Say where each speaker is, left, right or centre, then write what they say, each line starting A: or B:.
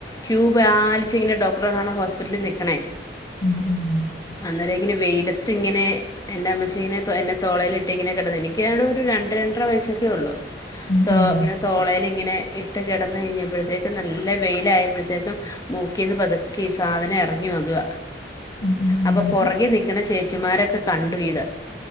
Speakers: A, on the left; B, on the left.
A: ക്യൂപാലിച്ച് ഇങ്ങനെ ഡോക്ടറെ കാണാ ഹോസ്പിറ്റല് നിക്കണേ
B: ഉം ഉം ഉം
A: അന്നേരം ഇങ്ങനെ വെയിലത്ത് ഇങ്ങനെ എന്റമ്മച്ചി ഇങ്ങനെ എന്നെ തോളേല് ട്ട്ങ്ങിനെ കെടന്ന് എനിക്കാണൊരു രണ്ട് രണ്ടര വയസ്സക്കെ ഒള്ളു
B: ഉം
A: തോ
B: ഉം
A: ഇങ്ങനെ തോളേല്ങ്ങനെ ഇ ട്ട് കെടന്ന് കഴിഞ്ഞപ്പഴത്തേക്കും നല്ല വെയിലായപ്പഴത്തേക്കും മൂക്കിന്ന് പതുക്കെ ഈ സാധനം എറങ്ങി വതുവ
B: ഉം ഉം
A: അപ്പൊ പൊറകി നിക്ക്ണ ചേച്ചിമാരൊക്കെ കണ്ടു ഇത്